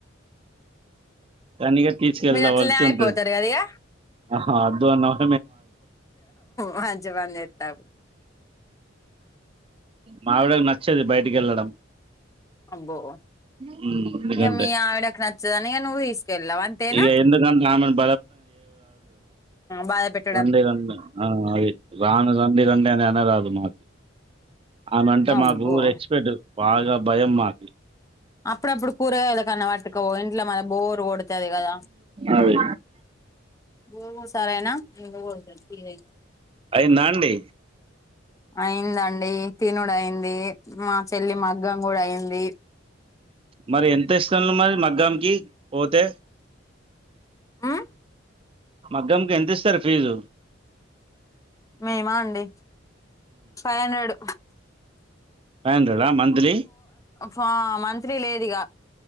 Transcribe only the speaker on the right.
కానీ ఇగ తీసుకెళ్లవలసి
ఉంటది
ఆహా అద్దు అన్నవ్
మావిడకి నచ్చదు బయటికి వెళ్ళడం
ఉమ్ ఎందుకంటే
ఇగ ఎందుకంటే ఆమెను
రండే రం ఆ అది రాను రండే రంటే అనీ అన్నరాదు మా ఆమెంటే
మాకు రెస్పెట్ బాగా భయం మాకు
అది
అయిందా అండి
మరి ఎంత ఇస్తన్లు మరి మగ్గాంకి పోతే
మగ్గంకి ఎంత ఇస్తారు ఫీజు
five hundred monthly